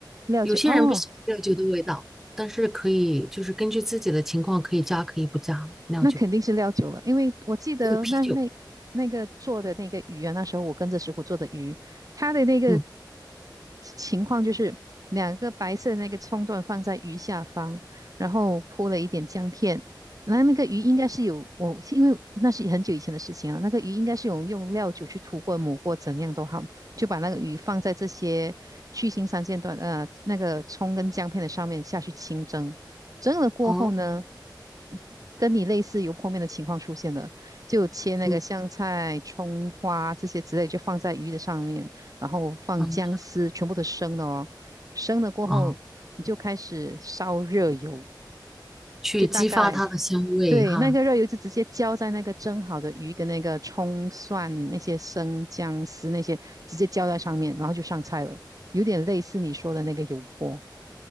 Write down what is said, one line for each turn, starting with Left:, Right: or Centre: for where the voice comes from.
Right: 料酒哦。
Centre: 有些人不喜欢料酒的味道，但是可以就是根据自己的情况可以加可以不加料酒，
Right: 那肯定是料酒了，因为我记得那那那个做的那个鱼啊，
Centre: 这个啤酒，
Right: 那时候我跟着师傅做的鱼，它的那个
Centre: 嗯，
Right: 情况就是两个白色的那个葱段放在鱼下方，然后铺了一点姜片，然后那个鱼应该是有我，因为那是很久以前的事情了，那个鱼应该是有用料酒去涂过、抹过，怎样都好，就把那个鱼放在这些去腥三线段呃那个葱跟姜片的上面下去清蒸。蒸了过后呢，
Centre: 哦，
Right: 呃跟你类似油泼面的情况出现了，就切那个香菜、
Centre: 嗯
Right: 葱花这些之类，就放在鱼的上面，然后放姜丝，
Centre: 嗯
Right: 全部都生的哦。生了过后，
Centre: 哦，
Right: 你就开始烧热油，
Centre: 去激发它的香味哈。
Right: 就大概对那个热油就直接浇在那个蒸好的鱼跟那个葱蒜那些生姜丝那些，直接浇在上面，然后就上菜了，有点类似你说的那个油泼。